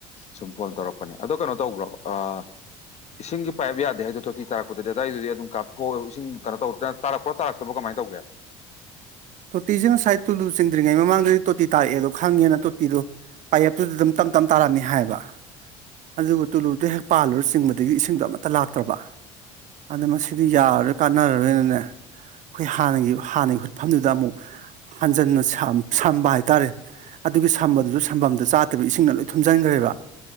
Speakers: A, on the left (about 45°); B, on the right (about 50°).
A: ꯁꯨꯝ ꯐꯣꯟ ꯇꯧꯔꯛꯄꯅꯦ ꯑꯗꯣ ꯀꯩꯅꯣ ꯇꯧꯕ꯭ꯔꯣ ꯑ ꯏꯁꯤꯡꯒꯤ ꯄꯥꯏꯞ ꯌꯥꯗꯦ ꯍꯥꯏꯗꯣ ꯇꯣꯇꯤ ꯇꯥꯔꯛꯄꯗꯗꯤ ꯑꯗꯥꯏꯗꯨꯗꯤ ꯑꯗꯨꯝ ꯀꯥꯞꯊꯣꯛꯑ ꯏꯁꯤꯡ ꯀꯩꯅꯣ ꯇꯧꯗ ꯇꯥꯔꯛꯄꯔꯣ ꯇꯥꯔꯛꯇꯕꯣ ꯀꯃꯥꯏ ꯇꯧꯒꯦ
B: ꯇꯣꯇꯤꯁꯦ ꯉꯁꯥꯏ ꯇꯨꯂꯨ ꯆꯤꯡꯗ꯭ꯔꯤꯉꯩ ꯃꯃꯥꯡꯗꯗꯤ ꯇꯣꯇꯤ ꯇꯔꯛꯑꯦꯗꯣ ꯈꯪꯉꯦꯅ ꯇꯣꯇꯤꯗꯣ ꯄꯥꯌꯦꯞꯇꯨꯗ ꯑꯗꯨꯝ ꯇꯝ ꯇꯞ ꯇꯥꯔꯝꯃꯦ ꯍꯥꯏꯕ ꯑꯗꯨꯒ ꯇꯨꯂꯨꯗꯣ ꯍꯦꯛ ꯄꯥꯜꯂꯨꯔ ꯆꯤꯡꯕꯗꯒꯤ ꯏꯁꯤꯡꯗꯣ ꯑꯃꯠꯇ ꯂꯥꯛꯇ꯭ꯔꯕ ꯑꯗ ꯃꯁꯤꯗꯤ ꯌꯥꯔꯣꯏ ꯀꯥꯟꯅꯔꯣꯏꯅꯅꯦ ꯑꯩꯈꯣꯏ ꯍꯥꯟꯅꯒꯤ ꯍꯥꯟꯅꯒꯤ ꯈꯨꯠ ꯐ ꯃꯐꯝꯗꯨꯗ ꯑꯃꯨꯛ ꯍꯟꯖꯟꯅ ꯁꯝ ꯁꯝꯕ ꯍꯥꯏꯇꯥꯔꯦ ꯑꯗꯨꯒꯤ ꯁꯝꯕ ꯗꯨꯁꯨ ꯁꯝꯕꯝꯗ ꯆꯥꯗꯕ ꯏꯁꯤꯡꯅ ꯂꯣꯏ ꯊꯨꯝꯖꯤꯟꯈ꯭ꯔꯦꯕ